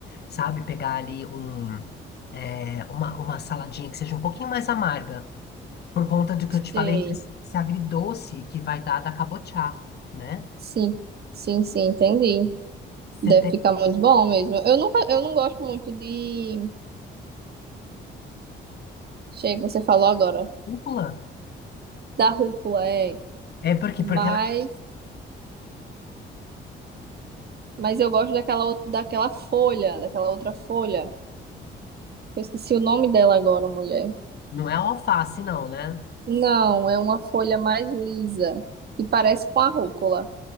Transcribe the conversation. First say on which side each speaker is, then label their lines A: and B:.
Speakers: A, on the left; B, on the right.
A: sabe? Pegar ali um, é, uma, uma saladinha que seja um pouquinho mais amarga, por conta do que eu te
B: Sei.
A: falei, esse esse agridoce que vai dar da cabotiá, né?
B: Sim, sim, sim, entendi.
A: Você
B: Deve
A: tem
B: ficar muito bom mesmo. Eu nunca, eu não gosto muito de Chega, você falou agora.
A: rúcula?
B: Da rúcula, é.
A: É porque,
B: Mas,
A: porque ela
B: mas eu gosto daquela, outra- daquela folha, daquela outra folha. Eu esqueci o nome dela agora, mulher.
A: não é alface, não, né?
B: Não, é uma folha mais lisa, que parece com a rúcula.